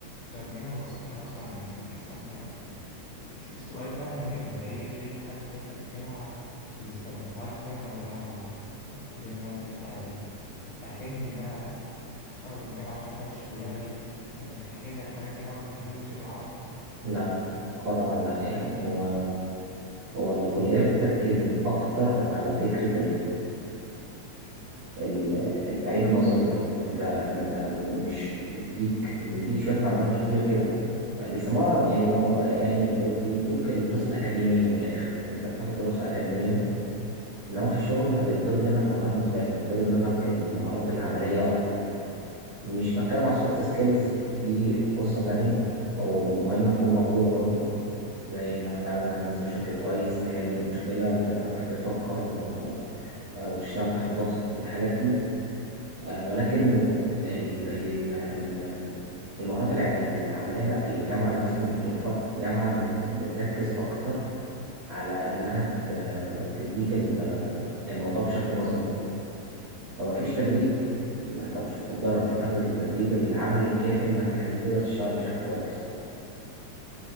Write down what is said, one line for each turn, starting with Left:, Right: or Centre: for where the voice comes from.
Left: لو جينا بصينا مثلا نسأل الس- السؤال فعلا اللي إيه أي حد داخل الجامعة بيسأله هل فعلا الجامعة دي الكلية اللي أنا دخلتها دي هتأهلني إن أنا أتخرج من الجامعة أشتغل الشغلانة دي يعني بتأهلني هل الجامعة بتأهلني سوق العمل
Right: فلا قطعا لا يعني هو هو الكلية بتركز أكتر على فكرة ال- التعليم النظري يعني انت انت مش بتديك بتديك شويه معلومات كتير كده بيسموها يعني مو يعني ب- بيدوك الدراسه الاكاديميه من الاخر انت بتاخد دراسه اكاديميه انما في الشغل انت بيطلب منك مهارات مختلفه بيطلب منك المهارات العمليه اكتر مش بتكلم على السوفت سكيلز دي قصه تانية ومهمه تكون موجوده برضو زي انك تتعامل مع الناس بشكل كويس تحل مشكله تعرف تفكر آه، آه، وتشتغل تحت ضغط الحاجات دي آه، ولكن ال- ال- ال- المهارات الع- العملية لا الجامعة للأسف مش بتوفرها الجامعة بت- بتركز أكتر على إنها ت- تديك ال- الموضوع بشكل نظري فما فيش تدريب ما أنت مش بتتدرب مش بتاخد التدريب العملي الكافي إنك يخليك تقدر تشتغل بشكل كويس